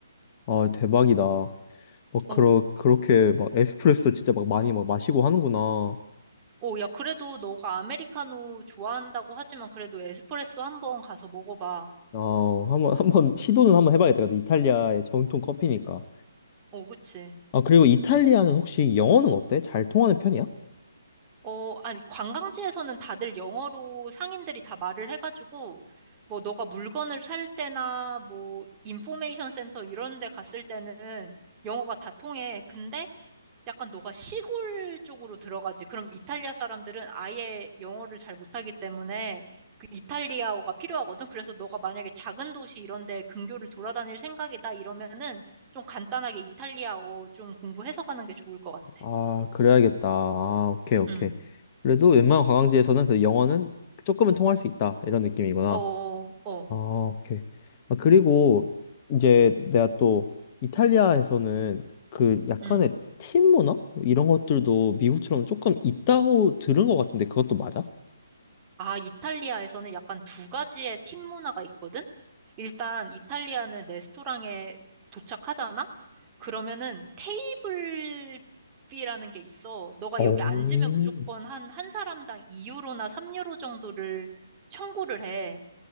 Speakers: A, on the left; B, on the right.
A: 아, 대박이다. 막 그러,
B: 오.
A: 그렇게 막 에스프레소 진짜 막 많이 막 마시고 하는구나.
B: 오, 야, 그래도 너가 아메리카노 좋아한다고 하지만 그래도 에스프레소 한번 가서 먹어봐.
A: 아, 한번 한번 시도는 한번 해봐야겠다. 이탈리아의 전통 커피니까.
B: 오, 그치.
A: 아, 그리고 이탈리아는 혹시 영어는 어때? 잘 통하는 편이야?
B: 어, 아니, 관광지에서는 다들 영어로 상인들이 다 말을 해가지고, 뭐, 너가 물건을 살 때나, 뭐, 인포메이션 센터 이런 데 갔을 때는 영어가 다 통해. 근데 약간 너가 시골 쪽으로 들어가지. 그럼 이탈리아 사람들은 아예 영어를 잘 못하기 때문에 그 이탈리아어가 필요하거든. 그래서 너가 만약에 작은 도시 이런 데 근교를 돌아다닐 생각이다 이러면은 좀 간단하게 이탈리아어 좀 공부해서 가는 게 좋을 것 같아.
A: 아, 그래야겠다. 아, 오케이, 오케이.
B: 음.
A: 그래도 웬만한 관광지에서는 그 영어는 조금은 통할 수 있다. 이런 느낌이구나.
B: 어어어. 어. 어, 어.
A: 아, 오케이. 아, 그리고 이제 내가 또 이탈리아에서는 그 약간의
B: 음.
A: 팀 문화? 뭐 이런 것들도 미국처럼 조금 있다고 들은 것 같은데 그것도 맞아?
B: 아, 이탈리아에서는 약간 두 가지의 팀 문화가 있거든? 일단 이탈리아는 레스토랑에 도착하잖아? 그러면은 테이블비라는 게 있어. 너가
A: 오,
B: 여기 앉으면 무조건 한, 한 사람당 2유로나 3유로 정도를 청구를 해.